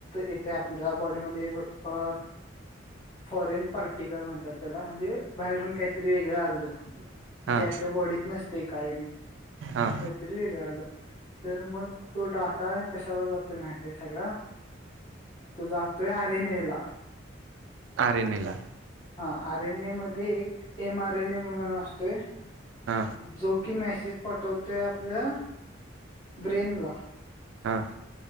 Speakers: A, on the left (about 25°); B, on the right (about 70°).
A: येतय, आपल्या बॉडीमध्ये अ फॉरेन पार्टिकल म्हणतात त्याला, म्हणजे बाहेरून काहीतरी वेगळं आलं.
B: हा
A: जे आपल्या बॉडीत नसतय कायम,
B: हा
A: असं काहीतरी वेगळं आलं. तर मग तो डाटा कशाला जातो. तो माहितीए सगळ, तो जातोय आरिनेला
B: आरेनेला.
A: हा आर एन ए मध्ये एक एम आर एन ए म्हणून असतोय
B: हा
A: जो की, मॅसेज पाटवतय आपल्या ब्रेन ला.
B: हा.